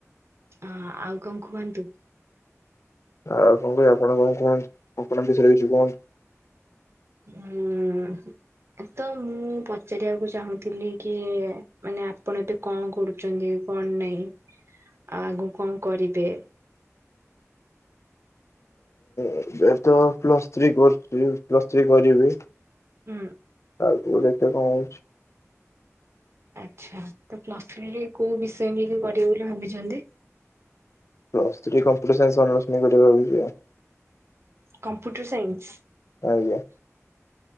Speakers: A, on the right; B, on the left.
A: ହଁ ଆଉ କଁ କୁହନ୍ତୁ?
B: ଆଉ କଁ ଆପଣ କଣ କୁହନ୍ତ ଆପଣଙ୍କ ବିଷୟରେ କିଛି କୁହନ୍ତୁ?
A: ଉଁ ହୁଁ। ତ,, ମୁଁ ପଚାରିଆକୁ ଚାହୁଁଥିଲି କି ମାନେ ଆପଣ ଏବେ କଁ କରୁଚନ୍ତି? କଣ ନାହିଁ ଆଉ ଆଗୁକୁ କଣ କରିବେ?
B: ଏବେ ତ ପ୍ଲସ୍ ଥ୍ରୀ କରୁଛି, ପ୍ଲସ୍ ଥ୍ରୀ କରିବି।
A: ହୁଁ।
B: ଅଗୁକୁ ଦେଖିଆ କଁ ହୋଉଛି।
A: ଆଚ୍ଛା ତ ପ୍ଲସ୍ ଥ୍ରୀ ରେ କୋଉ ବିଷୟ ନେଇକି ପଢିବେ ବୋଲି ଭାବିଛନ୍ତି?
B: Plus three computer science honours ନେଇକି କରିବି ଭାବିଛି ଆଉ।
A: Computer science?
B: ଆଜ୍ଞା।